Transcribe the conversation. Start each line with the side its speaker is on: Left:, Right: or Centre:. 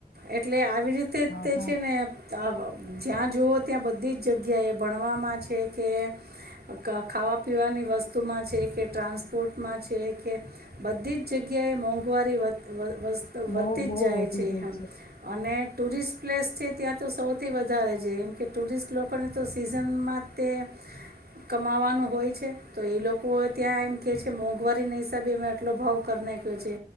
Right: એટલે આ વી રીતે
Left: હા
Right: તે
Left: હા
Right: છે ને તા આ અબ જ્યાં જુઓ ત્યાં બધી જ જગ્યાએ ભણવામાં છે કે ક ખાવા પીવાની વસ્તુમાં છે કે ટ્રાન્સપોર્ટમાં છે કે બધી જ જગ્યાએ મોંઘવારી વધ વધ વસ્ત વધતી
Left: બહુ બહુ
Right: જ જાય
Left: વધી
Right: છે
Left: ગઈ
Right: હા. અને ટુરિસ્ટ પ્લેસ છે ત્યાં તો સૌથી વધારે છે એમ કે ટુરિસ્ટ લોકોને તો સીઝનમાં તે કમાવાનું હોય છે તો એ લોકો ત્યાં એમ કેહે છે મોંઘવારીના હિસાબે એમે આટલો ભાવ કરી નાખ્યો છે